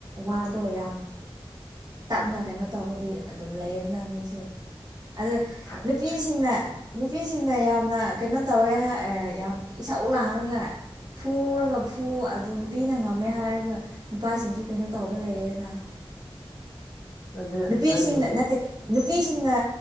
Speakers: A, on the right; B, on the left.
A: ꯋꯥꯗꯣ ꯌꯥꯝ ꯇꯞꯅ ꯀꯩꯅꯣ ꯇꯧꯔꯗꯤ ꯑꯗꯨꯝ ꯂꯩꯗꯅ ꯃꯤꯁꯨ ꯑ
B: ꯍꯥꯏꯁ
A: ꯅꯨꯄꯤꯁꯤꯡꯅ ꯅꯨꯄꯤꯁꯤꯡꯅ ꯌꯥꯝꯅ ꯀꯩꯅꯣ ꯇꯧꯋꯦ ꯌꯥꯝ ꯏꯁꯥꯎ ꯎ ꯂꯥꯡꯥꯡꯉꯒ ꯐꯨꯔꯒ ꯐꯨ ꯑꯗꯨ ꯅꯨꯄꯤꯅ ꯉꯝꯃꯦ ꯍꯥꯏꯔꯒ ꯅꯨꯄꯥꯁꯤꯡꯁꯨ ꯀꯩꯅꯣ ꯇꯧꯕ ꯂꯩꯌꯦꯗꯅ <unintelligible>
B: ꯑꯗꯨ
A: ꯅꯨꯄꯤꯁꯤꯡꯅ
B: ꯅꯪꯒꯤꯁꯦ
A: ꯅꯠꯇꯦ ꯅꯨꯄꯤꯁꯤꯡꯅ